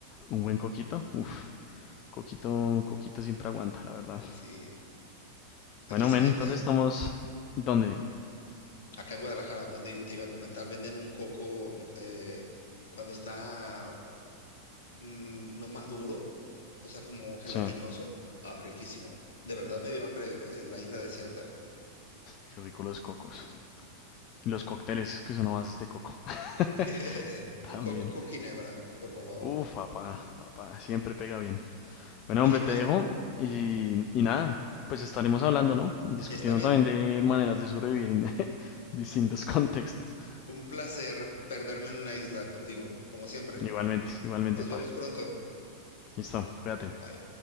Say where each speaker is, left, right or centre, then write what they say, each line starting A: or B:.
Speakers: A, on the left (about 35°); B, on the left (about 60°).
A: Un buen coquito, uff, coquito, coquito siempre aguanta, la verdad.
B: Sí. Aquí
A: Bueno,
B: se
A: men,
B: vende,
A: entonces estamos. ¿Dónde?
B: acá en Guadalajara, vende- te iba a comentar, venden un coco eh, cuando está mm, no maduro, o sea, como gelatinoso.
A: Sí.
B: Ah, riquísimo. De verdad me dio hambre, eh, la isla desierta.
A: qué rico los cocos. Y los cócteles que son a bases de coco. <laughs>
B: <laughs>
A: También.
B: Un coco con ginebra, por favor.
A: Uf, papá, papá, siempre pega bien. Bueno,
B: Oye,
A: hombre,
B: pues,
A: te dejo y, y nada, pues estaremos hablando, ¿no? Discutiendo
B: está bien.
A: también de maneras de sobrevivir en <laughs> distintos contextos.
B: Un placer perderme en una isla contigo, como siempre.
A: Igualmente, igualmente,
B: Nos
A: pa.
B: vemos pronto.
A: Listo, cuídate.
B: Bye.